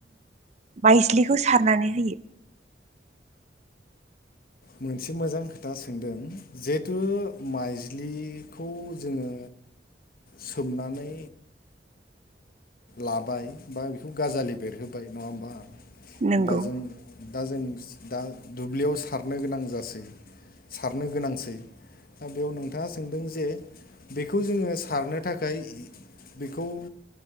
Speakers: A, on the right; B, on the left.
A: मायज्लिखौ सारनानै होयो।
B: मोनसे मोजां खोथा सोंदों जिहेथु माइज्लि खौ जोंङो सोमनानै लाबाय बा बेखौ गाजालि बेरहोबाय नंङा होमबा
A: नंगौ
B: एबा जों दा जों दा दुब्लियाव सारनो गोनां जासै सारनो गोनांसै। दा बेयाव नोंथांङा सोंदों जे बेखौ जोंङो सारनो थाखाय बेखौ